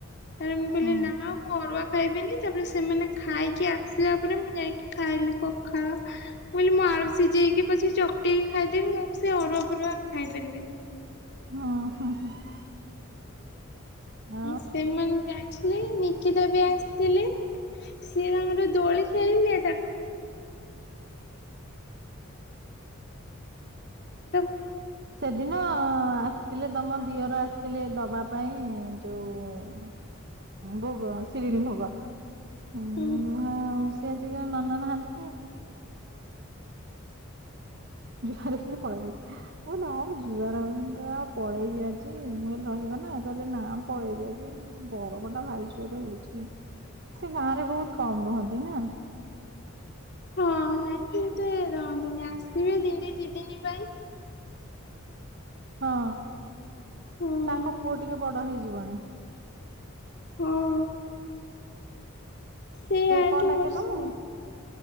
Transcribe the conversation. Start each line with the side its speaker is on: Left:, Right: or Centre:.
Left: ତା ମୁଁ କହିଲି
Right: ହୁଁ
Left: ନା, ମୁଁ ଅରୁଆ ଖାଇବିନି। ତାପରେ ସେମାନେ ଖାଇକି ଆସିବେ। <unintelligible> ପରେ ମୁଁ ଯାଇକି ଖାଇଲି ପଖାଳ। କହିଲି, ମୁଁ ଆଳ ସିଝେଇକି ପଛେ ଚ <inaudible> ଖାଇଦେବି ମୁଁ। ସେ ଅରୁଆ ପରୁଆ ଖାଇପାରିବିନି।
Right: ହଁ ହଁ ହଁ। <inaudible> ଆଉ
Left: ସେମାନେ ଯାଇଥିଲେ, ନିକିତା ବି ଆସିଥିଲେ। ସିଏ ତାଙ୍କର ଦୋଳି ଖେଳିଲେ, ତା <inaudible> <inaudible>
Right: ସେଦିନ ଥିଲେ, ତମ ଦିଅର ଆସିଥିଲେ ଦବା ପାଇଁ, ଯୋଉ ହଁ, ଭୋଗ ଶିରିଣୀ ଭୋଗ <inaudible> ନନା
Left: ହୁଁ।
Right: ନାହାନ୍ତି। <unintelligible> ହଉ ରହ ମୁଁ। ଯୁହାର ହହୁଛନ୍ତି, ଆଉ ପଳେଇବି ଆଜି। ମୁଁ କହିଲି, ରହିବ ନା କହିଲେ ନା? ପଳେଇବି ଆଜି। ଗରମ ଟା ଭାରି ଜୋରରେ ହଉଛି। ସେ ଗାଁ ରେ ବହୁତ କମ୍ ରୁହନ୍ତି ନା।
Left: ହଁ ନାଇଁ, ସେତେ ରହନ୍ତିନି। ଆସିବେ, ଦିନେ ଦି ଦିନ ପାଇଁ।
Right: ହଁ,
Left: ହଁ।
Right: ତାଙ୍କ ପୁଅ ଟିକେ ବଡ ହେଇଜିବନୀ।
Left: ହଁ, ସେ ଆଠୁ
Right: କଣ ଡାକେ
Left: ବର୍ଷ
Right: ତମକୁ